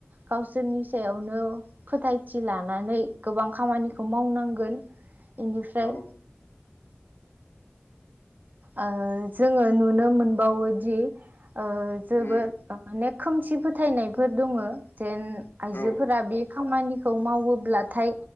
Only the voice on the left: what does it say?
औ
उम
औ